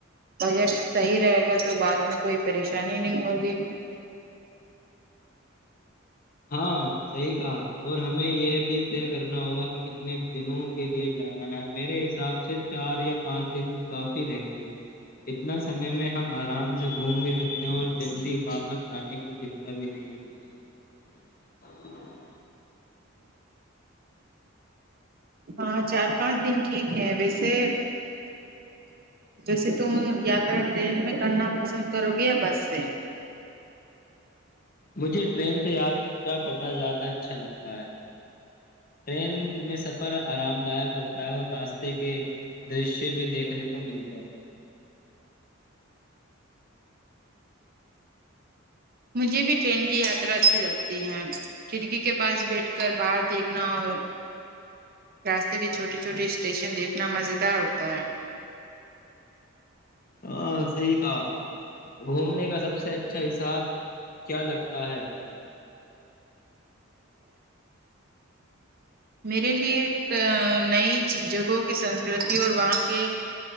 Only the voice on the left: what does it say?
ہاں صحیح کہا اور ہمیں یہ بھی طے کرنا ہوگا کہ کتنے دنوں کے لیے جانا ہے میرے حساب سے چار یا پانچ دن کافی رہیں گے اتنا سمے میں ہم آرام سے گھوم بھی سکتے ہیں اور جلدی واپس آنے کی چنتا بھی نہیں ہوگی <unintelligible> <inaudible>
مجھے ٹرین سے یاتا کرنا زیادہ اچھا لگتا ہے ٹرین میں سفر آرام دائک ہوتا ہے اور راسہ کے درشیہ بھی دیکھنے کو ملتے ہیں
ہاں صی کا <unintelligible> گھومنے کا سب سے اچھا حساب کیا لگتا ہے تمہیں